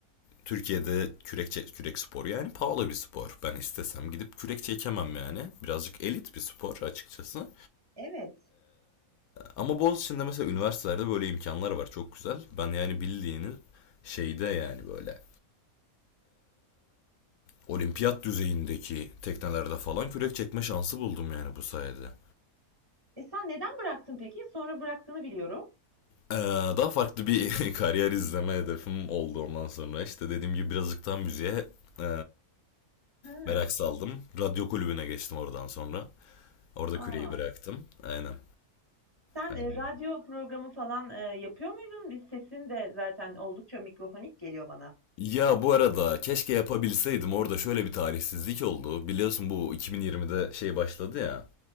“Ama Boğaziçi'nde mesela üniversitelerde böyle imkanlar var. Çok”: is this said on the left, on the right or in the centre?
Left